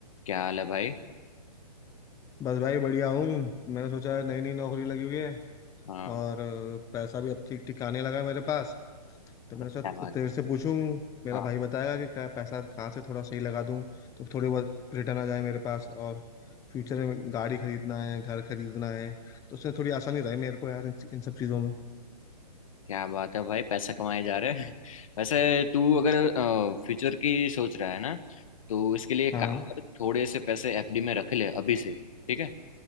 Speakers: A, on the left; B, on the left.
A: क्या हाल है भाई
B: बस भाई बढ़िया हूँ मैंने सोचा नई नई नौकरी लगी हुई है
A: हाँ
B: और अ, पैसा भी अब ठीक ठीक आने लगा है मेरे पास तो
A: अरे
B: मैंने
A: क्या
B: सोचा
A: बात
B: तो तेरे
A: है
B: से पूछूं मेरा
A: हाँ
B: भाई बताएगा कि क्या पैसा कहाँ से थोड़ा सही लगा दूं तो थोड़ी बहुत रिटर्न आ जाए मेरे पास और फ्यूचर में गाड़ी खरीदना है घर खरीदना है तो उससे थोड़ी आसानी रहे मेरे को यार इन, इन सब चीज़ों में
A: क्या बात है भाई पैसा कमाए जा रहे हैं <laughs> वैसे तू अगर फ्यूचर की सोच रहा है ना तो इसके लिए एक
B: हाँ
A: काम कर थोड़े से पैसे एफडी में रख ले अभी से ठीक है